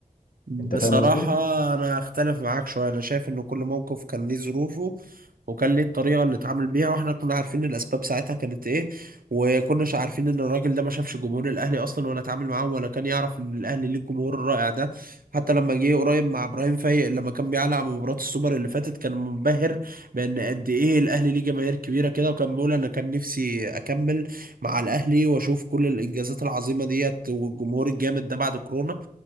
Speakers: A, on the right (about 85°); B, on the left (about 75°).
A: بصراحة
B: انت فاهم قصدي
A: أنا أختلف معاك شوية أنا شايف إن كل موقف كان ليه ظروفه وكان ليه الطريقة اللي اتعامل بيها وإحنا كنا عارفين الأسباب ساعتها كانت إيه وكناش عارفين إن الراجل ده ما شافش جمهور الأهلي أصلا ولا اتعامل معاهم ولا كان يعرف إن الأهلي ليه الجمهور الرائع ده حتى لما جه قريب مع إبراهيم فايق لما كان بيعلق على مباراة السوبر اللي فاتت كان منبهر بإن قد إيه الأهلي ليه جماهير كبيرة كده وكان بيقول أنا كان نفسي أكمل مع الأهلي وأشوف كل الإنجازات العظيمة ديت والجمهور الجامد ده بعد كورونا